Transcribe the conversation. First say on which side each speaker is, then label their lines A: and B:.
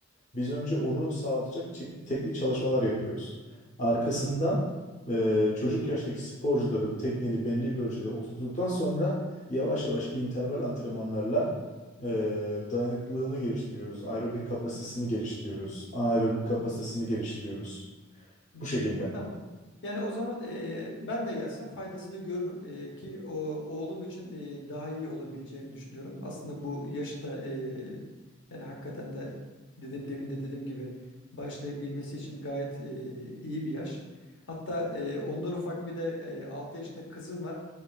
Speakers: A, on the left (about 35°); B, on the left (about 60°).
A: Biz önce onu sağlatacak çek- teknik çalışmalar yapıyoruz. Arkasından e, çocuk yaştaki sporcuların tekniğini belli bir ölçüde oturttuktan sonra yavaş yavaş interval antrenmanlarla e, dayanıklılığını geliştiriyoruz. Aerobik kapasitesini geliştiriyoruz. Anaerobik kapasitesini geliştiriyoruz.
B: Hı,
A: Bu şekilde.
B: Tamam. Yani o zaman e, ben de gelsem faydasını görürüm E, ki o oğlum için e, daha iyi olabileceğini düşünüyorum. Aslında bu yaşta e, yani hakikaten de dedim demin de dediğim gibi başlayabilmesi için gayet e, iyi bir yaş. Hatta e, ondan ufak bir de e, 6 yaşında kızım var.